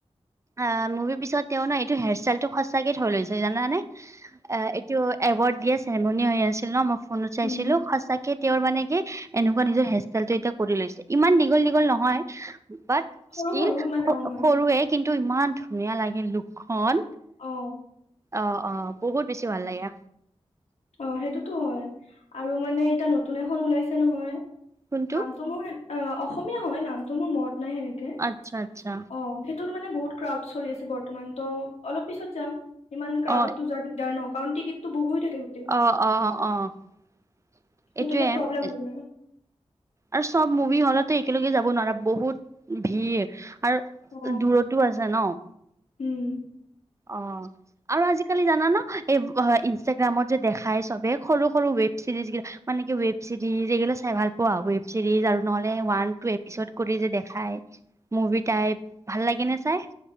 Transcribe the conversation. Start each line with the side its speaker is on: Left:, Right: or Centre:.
Right: অ', মুভিৰ পিছত তেওঁ ন এইটো হেয়াৰ ষ্টাইলটো সঁচাকে থৈ লৈছে জানানে? অ', এইটো এৱৰ্ড দিয়া চেৰেমনি হৈ আছিল ন' মই ফোনত চাইছিলো
Left: উম
Right: সঁচাকে তেওঁৰ মানে কি এনেকুৱা নিজৰ হেয়াৰষ্টাইলটো এতিয়া কৰি লৈছে। ইমান দীঘল দীঘল নহয়, বাট
Left: সৰু
Right: ষ্টীল
Left: সৰু ইমান ডাঙৰ নহয়
Right: সৰুৱে কিন্তু ইমান ধুনীয়া লাগে লুকখন
Left: অ।
Right: অ অ বহুত বেছি ভাল লাগে।
Left: অ সেইটোতো হয় আৰু মানে এতিয়া নতুন এখন ওলাইছে নহয়
Right: কোনটো
Left: নামটো মোৰ অ অসমীয়া হয়, নামটো মোৰ মনত নাই সেনেকে
Right: আচ্ছা আচ্ছা
Left: অ তোৰ মানে বহুত ক্ৰাউড চলি আছে বৰ্তমান ত' অলপ পিছত যাম ইমান ক্ৰাউডতো
Right: অ
Left: যোৱা দিগদাৰ ন' কাৰণ টিকটতটো বুক হৈ থাকে। গোটেই
Right: অ', অ', অ',
Left: ত
Right: এইটোৱে
Left: তেতিয়া প্ৰব্লেম হৈ যায়
Right: আৰু চব মুভি হ'লত। তো একেলগে যাব নোৱাৰা বহুত ভিৰ আৰু
Left: অ
Right: দূৰতো আছে ন'।
Left: উম,
Right: অ', আৰু আজিকালি জানা ন' এই ইনষ্টাগ্ৰামত যে দেখাই চবে সৰু সৰু ৱেব চিৰিজ মানে কি ৱেব চিৰিজ এগিলা চাই ভাল পোৱা, ৱেব চিৰিজ আৰু নহলে ৱান টু এপিচড কৰি যে দেখাই তাই ভাল লাগে নে চাই?